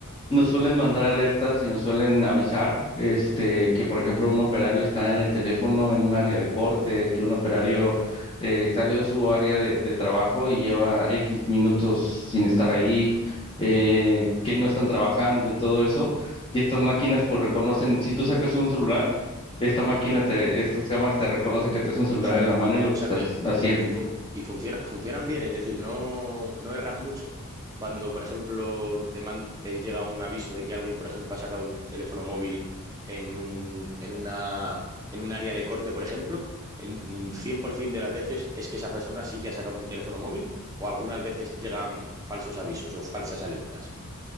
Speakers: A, on the left; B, on the right.
A: nos suelen mandar alertas y nos suelen avisar, este, que por ejemplo un operario está en el teléfono en un área de corte, que un operario eh, salió de su área de, de trabajo y lleva X minutos sin estar ahí,
B: ¿Y-
A: eh, que no están trabajando y todo eso. Y estas máquinas pues reconocen, si tú sacas un celular, esta máquina
B: ¿Sí?
A: te, estas cámaras te reconocen que traes un celular
B: Ostras.
A: en la mano y lo
B: O
A: que
B: sea,
A: estás
B: pero y,
A: haciendo.
B: y, fu- y funciona, funcionan bien, es decir, no, no erran mucho. Cuando, por ejemplo, te, man- te llega un aviso de que alguien, por ejemplo, ha sacado un teléfono móvil en un, en una, en un área de corte, por ejemplo, en mm, 100% de las veces es que esa persona sí que ha sacado un teléfono móvil o algunas veces llegan falsos avisos o falsas alertas.